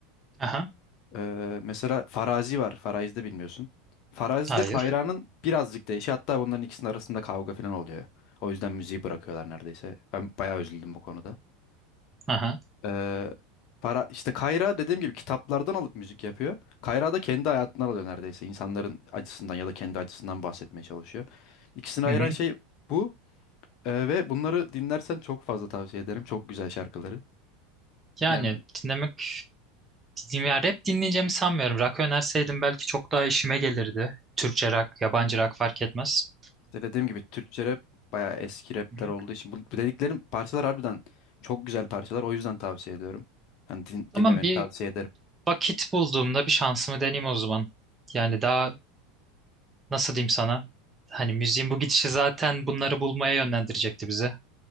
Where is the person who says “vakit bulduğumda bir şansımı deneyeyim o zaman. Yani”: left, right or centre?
Right